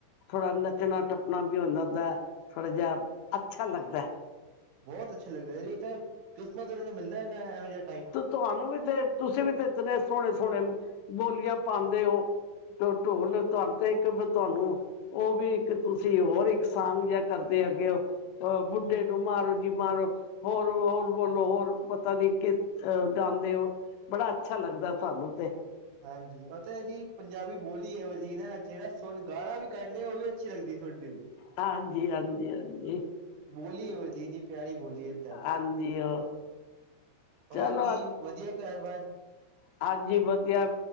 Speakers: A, on the left; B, on the right.
A: ਥੋੜਾ ਨੱਚਣਾ, ਟੱਪਣਾ ਵੀ ਹੁੰਦਾਦਾ, ਥੋੜ੍ਹਾ ਜਿਹਾ ਅੱਛਾ ਲੱਗਦਾ ਏ।
B: ਬੋਹਤ ਅੱਛਾ ਲੱਗਦਾ, ਏਹ ਤਾਂ ਕਿਸਮਤ ਉਹ ਆਲੇ ਨੂੰ ਮਿਲਦਾ, ਇਨਾ ਐਵੇਂ ਜੇ
A: ਤੇ ਤੁਵਾਨੂੰ ਵੀ ਤੇ, ਤੁਸੀਂ ਵੀ ਤੇ ਇਤਨੇ ਸੋਹਣੇ-ਸੋਹਣੇ ਬੋਲੀਆਂ ਪਾਂਦੇ ਔ ਟ ਟੋਲ, ਤੁਵਾਨੂੰ ਤੇ ਇੱਕ ਤੁਹਾਨੂੰ ਔਹ ਵੀ, ਇੱਕ ਤੁਸੀਂ ਹੋਰ ਇੱਕ ਸਾਂਗ ਜਿਹਾ, ਕਰਦੇ ਹੈਗੇ ਔ ਅਹ ਬੁੱਢੇ ਨੂੰ ਮਾਰੋ ਜੀ ਮਾਰੋ, ਹੋਰ-ਹੋਰ ਬੋਲੋ, ਹੋਰ ਪਤਾ ਨੀ ਕਿ ਅਹ ਗਾਂਦੇ ਔ, ਬੜਾ ਅੱਛਾ ਲੱਗਦਾ ਸਾਨੂੰ ਤੇ।
B: ਹਾਂਜੀ, ਔਥੇ ਦੀ ਪੰਜਾਬੀ ਬੋਲੀ ਏਹੀਓ ਜੀ ਏ ਨਾ, ਜਿਹੜਾ ਹੁਣ ਗਾਲਾ ਵੀ ਕੱਢ ਲੇ, ਉਹ ਵੀ ਅੱਛੀ ਲੱਗਦੀ ਸੁਣਦੀ ਵ
A: ਹਾਂਜੀ-ਹਾਂਜੀ-ਹਾਂਜੀ।
B: ਬੋਲੀ ਏਹੋ ਜੀ, ਇੰਨੀ ਪਿਆਰੀ ਬੋਲੀ ਏ, ਪੰਜਾਬੀ।
A: ਹਾਂਜੀ ਉਹ
B: ਹੋਰ
A: ਚਲੋ
B: ਕੀ? ਵਦੀਆ ਕਾਰ ਵਾਰ?
A: ਆਂਜੀ ਵਦੀਆ,